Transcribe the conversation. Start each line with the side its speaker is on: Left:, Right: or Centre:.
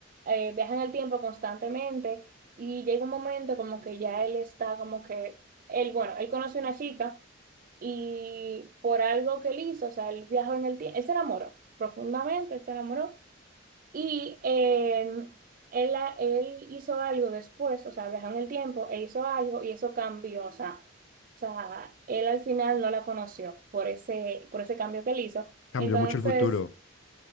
Right: eh, viaja en el tiempo constantemente y llega un momento como que ya él está como que, él, bueno, él conoce a una chica y por algo que él hizo, o sea, él viajó en el tiempo, él se enamoró profundamente, él se enamoró y eh, él, a- él hizo algo después, o sea, viajó en el tiempo e hizo algo y eso cambió, o sea, o sea, él al final no la conoció por ese, por ese cambio que él hizo.
Left: Cambió
Right: Entonces,
Left: mucho el futuro.